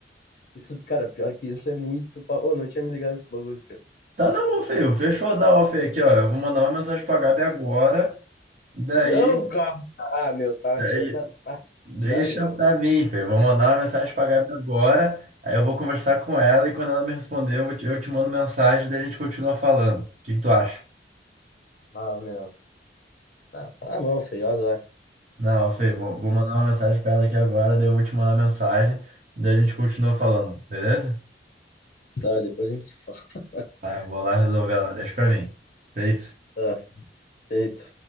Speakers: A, on the left (about 50°); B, on the right (about 45°).
A: Isso, cara, pior que isso é muito papo. Ô, não tinha me ligado nesse bagulho, cara.
B: Tá não feio fechou da off aqui, ó. Eu vou mandar uma mensagem pra Gabi agora. Daí,
A: Não, cara! Ah, meu, tá
B: daí,
A: rateando. Não, tá rateando
B: deixa
A: já, meu.
B: pra mim, feio. Vou mandar uma mensagem pra Gabi agora. Aí eu vou conversar com ela e quando ela me responder, eu te, eu te mando mensagem, daí a gente continua falando. O que que tu acha?
A: Ah, meu. Ah, tá na mão, feio, azar.
B: Não, feio, vou, vou mandar uma mensagem pra ela aqui agora, daí eu vou te mandar mensagem, daí a gente continua falando, beleza?
A: Tá, depois a gente se fala.
B: Tá, eu vou lá resolver ela, deixa pra mim. Feito.
A: Tá, feito.